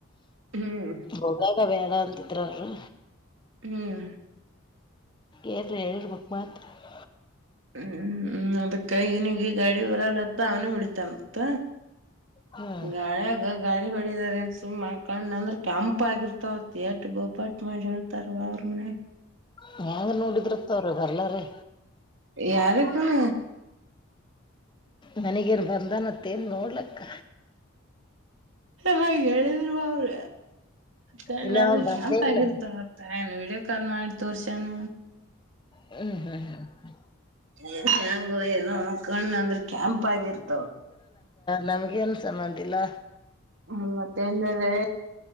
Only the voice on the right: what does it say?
ಹ್ಮ್
ಹ್ಮ್
ಹ್ಮ್ ಹ್ಮ್ ಅದಕ್ಕ ಇನಿಗೆ ಗಾಡಿ ಬರಲ್ಲತ್ತ ಅವನೇ ಹೊಡಿತನತ್ತ
ಗಾಯಗ ಗಾಳಿ. ಹೊಡಿದಾರ ಸುಮ್ಮ ಕಣ್ಣ ಅಂದ್ರೆ ಕೆಂಪ ಆಗಿರ್ತವ ಎಟ್ ಬೊಬ್ಬಟ್ ಮಾಡಿ ಹೇಳ್ತಾರವ ಅವ್ರ ಮನೆ.
ಯಾರಕ್ಕನ
ಹಾಗ ಹೇಳಿದ್ರ ನಾ ಅವ್ರ ಕಣ್ಣ
ಅಂದ್ರೆ
ಕೆಂಪ್
ಆಗಿರ್ತ ಆತ್ತ ಏನ್ ವೀಡಿಯೋ ಕಾಲ್ ಮಾಡಿ ತೋರ್ಸಾನ
ಏನ್ ಹೆಂಗು ಏನು ಕಣ್ಣ ಅಂದ್ರೆ ಕೆಂಪ್ ಆಗಿರ್ತಾವ
ಹ ಮತ್ತೇಲ್ಲಾರೆ